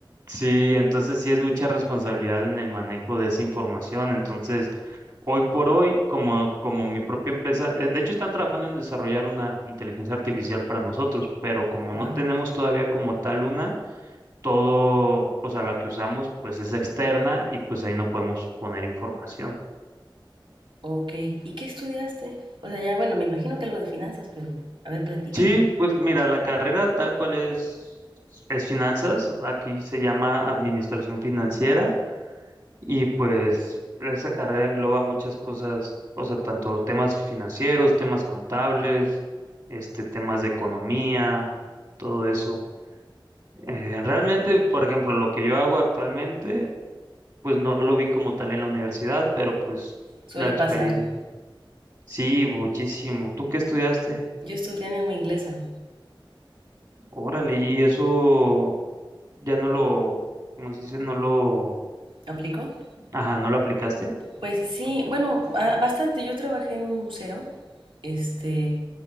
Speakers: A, on the right (about 50°); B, on the right (about 75°).
A: Sí, entonces sí es mucha responsabilidad en el manejo de esa información. Entonces, hoy por hoy, como, como mi propia empresa, eh, de hecho están trabajando en desarrollar una inteligencia artificial para nosotros, pero como
B: Wow.
A: no tenemos todavía como tal una, todo, o sea, la que usamos, pues es externa y pues ahí no podemos poner información.
B: Ok. ¿Y qué estudiaste? O sea, ya, bueno, me imagino que algo de finanzas, pero a ver, platícame.
A: Sí, pues mira, la carrera tal cual es, es finanzas, aquí se llama administración financiera. Y pues esa carrera engloba muchas cosas, o sea, tanto temas financieros, temas contables, este, temas de economía, todo eso. Eh, realmente, por ejemplo, lo que yo hago actualmente, pues no lo vi como tal en la universidad, pero pues
B: Suele
A: la experiencia.
B: pasar.
A: Sí, muchísimo. ¿Tú qué estudiaste?
B: Yo estudié lengua inglesa.
A: Órale, y eso ya no lo, como se dice? No lo,
B: ¿Aplico?
A: ajá, no lo aplicaste.
B: Pues sí, bueno, ba- bastante. Yo trabajé en un museo, este,